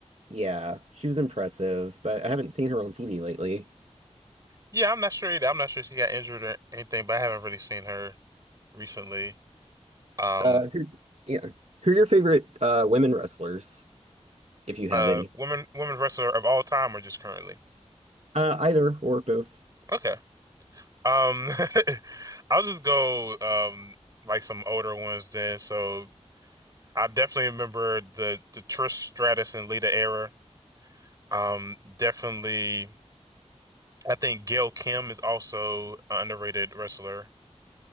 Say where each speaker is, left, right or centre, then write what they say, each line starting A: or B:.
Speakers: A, on the right; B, on the right.
A: Yeah, she was impressive, but I haven't seen her on TV lately.
B: Yeah, I'm not sure either. I'm not sure she got injured or anything, but I haven't really seen her recently. Um,
A: Uh, who, yeah. Who are your favorite uh women wrestlers, if you have
B: uh,
A: any?
B: women women wrestler of all time or just currently?
A: Uh, either or both.
B: Okay. Um, <laughs> I'll just go um like some older ones then. So I definitely remember the the Trish Stratus and Lita era. Um, definitely, I think Gail Kim is also an underrated wrestler.